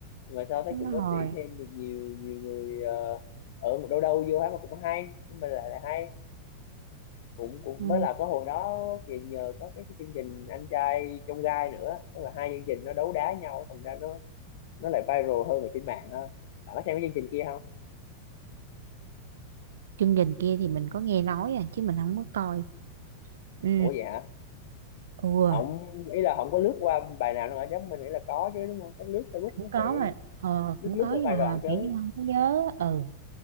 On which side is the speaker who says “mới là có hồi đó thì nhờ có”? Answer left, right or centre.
Left